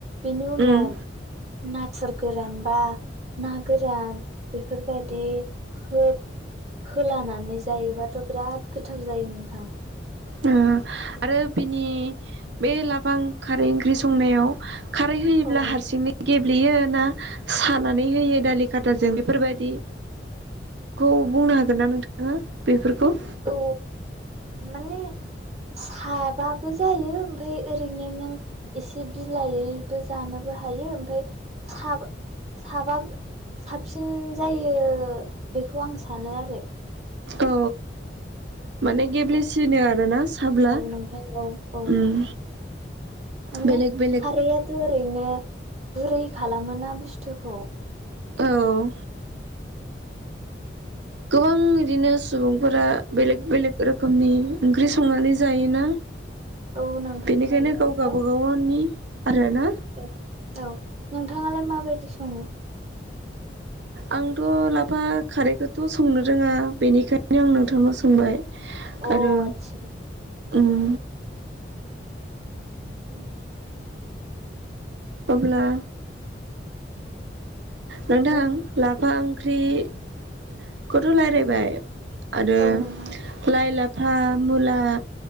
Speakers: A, on the right; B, on the right.
A: बेनि उनाव
B: उम
A: नाथुर गोरान बा ना गोरान बेफोरबायदि हो होलानानै जायोबाथ' बिराद गोथाव जायो नोंथां।
B: ओ आरो बिनि बे लाफा खारै ओंख्रि संनायाव खारै होयोब्ला
A: औ
B: हारसिंनो गेब्लेयो ना सानानै होयो दालि खाथाजों बेफोरबायदि खौ बुंनो हागोन ना नोंथाङा बेफोरखौ
A: औ माने साबाबो जायो ओमफ्राय ओरैनो नों एसे बिलायैबो जानोबो हायो ओमफ्राय खा साबा साबसिन जायो बेखौ आं सानो आरो
B: औ माने गेब्लेसिनो
A: औ
B: आरोना साब्ला
A: औ नोंथां औ औ
B: उम
A: माने
B: बेलेग बेलेग
A: खारैआथ' ओरैनो गुरै खालामोना बुस्थुखौ
B: औ
A: नोंथां
B: गोबां बिदिनो सुबुंफोरा बेलेग-बेलेग रोखोमनि ओंख्रि संनानै जायोना।
A: औ नोंथां
B: बेनिखायनो
A: जायो
B: गाव
A: औ
B: गावाबा गावनि आरो ना
A: ए औ नोंथाङालाय माबायदि सङो?
B: आंथ' लाफा खारैखौथ' संनो रोङा बेनिखायनो आं नोंथांनाव सोंबाय
A: अ
B: आरो
A: आदसा
B: उम
A: उम <inaudible>
B: अब्ला नोंथां
A: नों
B: लाफा ओंख्रिखौथ' रायलायबाय आरो
A: औ नोंथां
B: लाइ लाफा मुला